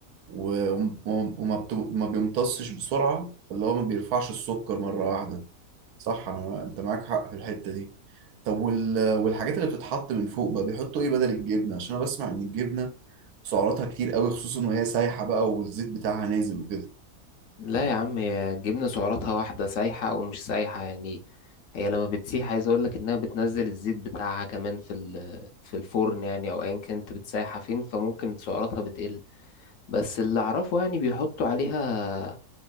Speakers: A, on the right; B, on the left.
A: و- وم- وما بت- ما بيمتصش بسرعة فاللي هو ما بيرفعش السكر مرة واحدة صح أنا أنت معاك حق في الحتة دي طب وال... والحاجات اللي بتتحط من فوق بقى بيحطوا إيه بدل الجبنة عشان أنا بسمع إن الجبنة سعراتها كتير قوي خصوصا وهي سايحة بقى والزيت بتاعها نازل وكده
B: لا يا عم هي جبنة سعراتها واحدة سايحة او مش سايحة يعني هي لما بتسيح عايز اقول لك انها بتنزل الزيت بتاعها كمان في ال- في الفرن يعني او ايا كانت بتسيحها فين فممكن سعراتها بتقل بس اللي اعرفه يعني بيحطوا عليها